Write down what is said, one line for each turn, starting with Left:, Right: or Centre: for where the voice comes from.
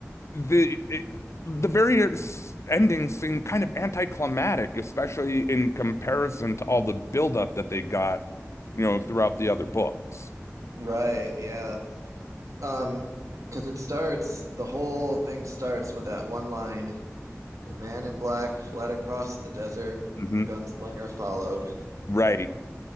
Left: the it, the various endings seem kind of anticlimactic, especially in comparison to all the buildup that they got, you know, throughout the other books.
Right: Right, yeah. Um, because it starts, the whole thing starts with that one line. The man in black fled across the desert
Left: hmm
Right: and the gunslinger followed.
Left: Right,